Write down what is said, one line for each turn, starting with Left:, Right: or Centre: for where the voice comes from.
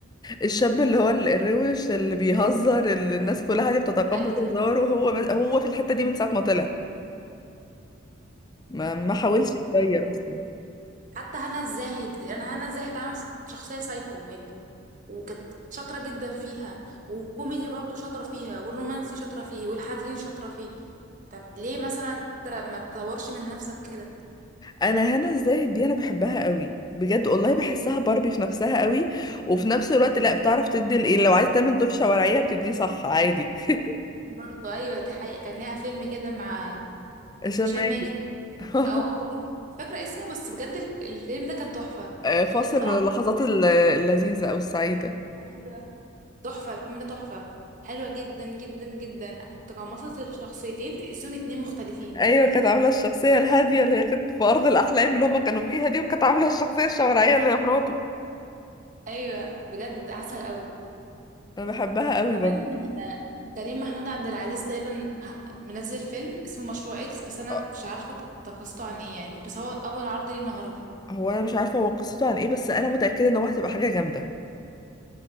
Left: الشاب اللي هو ال- الروش اللي بيهزر اللي الناس كلها دي بتتقبل
Right: ايوه
Left: هزاره وهو ماس- هو في الحتة دي من ساعة ما طلع ما ما حاولش يغير اصلا
Right: حتى هنا الزاهد انا هنا الزاهد عملت شخصيه سايكو يعني وكانت شاطره جدا فيها والكوميدي برضو شاطره فيها والرومانسي شاطره فيه والحزين شاطره فيه طب ليه مثلا انت ما تطورش من نفسك كده
Left: انا هنا الزاهد دي انا بحبها قوي بجد والله بحسها باربي في نفسها قوي وفي نفس الوقت لا بتعرف تدي ال- يعني لو عايز تعمل دور شوارعية بتديه صح عادي <laughs>
Right: برضو ايوه دي حقيقه كان ليها فيلم كده مع
Left: عشان
Right: هشام
Left: ماكن
Right: ماجد تقريبا
Left: <laughs>
Right: اه وكان مش فاكره اسمه بس بجد ال- الفيلم ده كان تحفه
Left: آه، فاصل
Right: كانت طالعه
Left: من اللحظات
Right: بقى بجد
Left: ال- اللذيذة او السعيدة
Right: لازم- ايوه تحفه الفيلم ده تحفه حلوه جدا جدا جدا تقمصت الشخصيتين تحسهم اتنين مختلفين
Left: ايوه كانت عامله الشخصيه الهاديه اللي هي كانت في ارض الاحلام اللي هما كانوا فيها دي وكانت عامله الشخصيه الشوارعيه اللي هي مراته
Right: ايوه بجد عسل قوي
Left: انا بحبها قوي
Right: وكمان
Left: برضه يعني.
Right: كريم محمود عبد العزيز تقريبا ه- منزل فيلم اسمه مشروع اكس بس انا
Left: آه،
Right: مش عارفه قصته عن ايه يعني بس هو اول عرض ليه النهارده
Left: هو انا مش عارفه هو قصته عن ايه بس انا متاكده ان هو هتبقى حاجه جامده